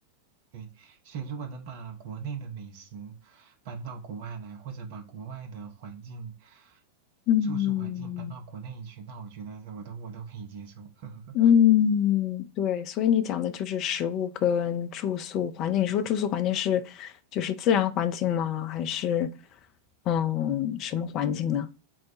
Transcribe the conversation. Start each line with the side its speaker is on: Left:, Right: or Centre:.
Right: 对，所以如果能把国内的美食搬到国外来，或者把国外的环境、
Left: 嗯。
Right: 住宿环境搬到国内去，那我觉得我都我都可以接受。<laughs>
Left: 嗯，对，所以你讲的就是食物跟住宿环境。你说住宿环境是就是自然环境吗？还是嗯什么环境呢？